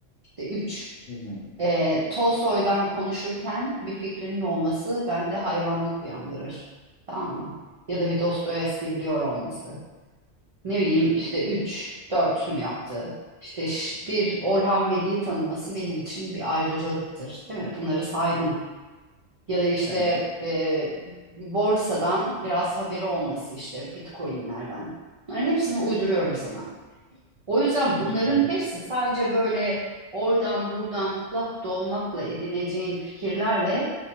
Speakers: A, on the right; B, on the left.
A: İşte üç,
B: Hı hı.
A: e, Tolstoy'dan konuşurken bir fikrinin olması bende hayranlık uyandırır. Tamam mı? Ya da bir Dostoyevski biliyor olması ne bileyim
B: Hı hı.
A: işte 3 4 mü yaptı? İşte ş- bir Orhan Veli'yi tanıması benim için bir ayrıcalıktır, değil mi? Bunları saydın. Ya da işte
B: Evet.
A: e, borsadan biraz haberi olması işte Bitcoin'lerden. Bunların hepsini uyduruyorum sana. O yüzden bunların
B: Hı hı. Hı hı.
A: hepsi sadece böyle oradan buradan kulak dolmakla edineceğin fikirlerle